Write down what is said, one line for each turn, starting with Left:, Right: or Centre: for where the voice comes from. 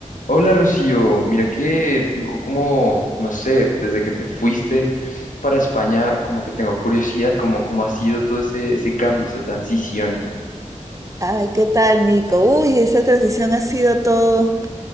Left: Hola Rocío, mira que tengo como, no sé, desde que te fuiste para España, como que tengo curiosidad, como cómo ha sido todo ese, ese cambio, esa transición.
Right: Ay, ¿qué tal, Nico? Uy, esa transición ha sido todo,